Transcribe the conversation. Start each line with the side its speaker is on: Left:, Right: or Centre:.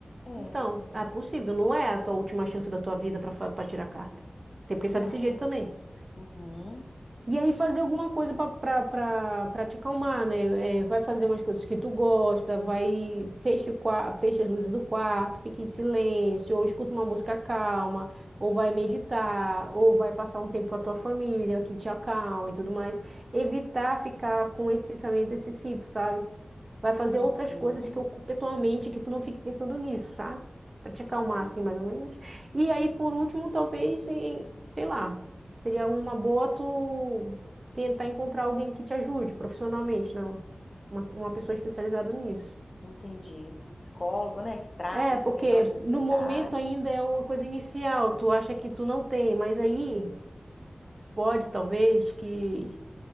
Left: É,
Right: Então, é possível, não é a tua última chance da tua vida para tirar a carta. Tem
Left: não
Right: que pensar desse jeito também.
Left: é? Uhum,
Right: E aí fazer alguma coisa para te acalmar, né? É, vai fazer umas coisas que tu gosta, vai fecha, o qua- fecha as luzes do quarto, fica em silêncio, ou escuta uma música calma, ou vai meditar, ou vai passar um tempo com a tua família, que te acalma e tudo mais. Evitar ficar com esse pensamento excessivo, sabe? vai fazer
Left: uhum,
Right: outras coisas que ocupem tua mente, que tu não fique pensando nisso, sabe? Pra te
Left: uhum.
Right: acalmar, assim, mais ou menos. E aí, por último, talvez, em- sei lá, seria uma boa tu tentar encontrar alguém que te ajude profissionalmente, não? Uma, uma pessoa especializada nisso.
Left: Entendi. Um psicólogo, né, que trata
Right: É,
Left: essa
Right: porque
Left: questão de ansiedade,
Right: no momento ainda é uma coisa inicial, tu acha que tu não tem, mas aí pode, talvez, que